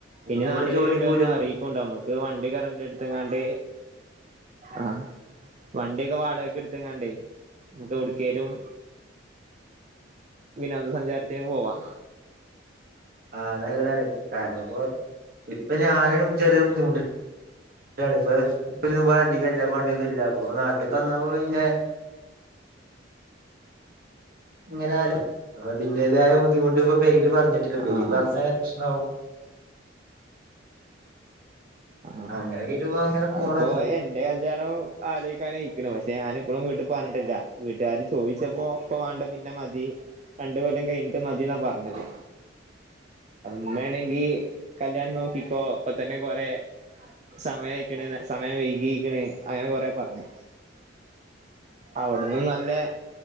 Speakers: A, on the right (about 50°); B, on the right (about 35°).
A: ഇപ്പ
B: ഇനി നാട്ടിൽ
A: ഇവിടെ ജോലിയും
B: വരുമ്പോ
A: കൂലിയും
B: ഒന്ന്
A: ഒന്നും
B: അറിയിക്കോണ്ടു നമുക്ക് വണ്ടിയൊക അടവിനൊട്ത്ത് ക്കാണ്ട് ആഹ വണ്ടിയൊക്കെ വാടകക്ക് എടുത്ത്ങ്ങണ്ടേ നമുക്ക് എവിടിക്കലും വിനോദ സഞ്ചാരത്തിന് പോവാ.
A: ആ അത് നല്ലതാണ് കാരണം ഇപ്പോ ഇപ്പൊ ഞാനും ചെറിയ ഒരു ബുദ്ധിമുട്ടിലാണ്. <unintelligible> അധികം ഇല്ല പണിയൊന്നും ഇല്ല അപ്പൊ നാട്ടിൽക്ക് വന്നപ്പോ പിന്നെ എങ്ങനെ അയാലും അതിന്റേതായ ബുദ്ധിമുട്ട് ഇപ്പോ പേരെല് പറഞ്ഞിട്ട് പേരി
B: ആഹ്
A: പറഞ്ഞ പ്രശ്നാവും.
B: ആഹ്
A: അങ്ങനെയൊക്കെ ആയിട്ട് ഇപ്പോ അങ്ങനെ പോണ്
B: അതിപ്പോ എന്റെ കല്യാണം അലോയിക്കാന് അയിക്ക്ണ് പക്ഷെ ഞാൻ ഇപ്പോളും വീട്ടിൽ പറഞ്ഞിട്ടില്ല വീട്ടുകാര് ചോദിച്ചപ്പോ. ഇപ്പോ വേണ്ട പിന്നെ മതി രണ്ടു കൊല്ലം കഴിഞ്ഞിട്ട് മതി എന്നാ പറഞ്ഞത്. ഉമ്മ അണെങ്കി കല്യാണം നോക്കിക്കോ ഇപ്പൊ തന്നെ കോറെ സമയം അയിക്ക്ണ് സമയം വൈകിക്ക്ണ് അങ്ങനെ കൊറെ പറഞ്ഞു. അവിടുന്ന് നല്ല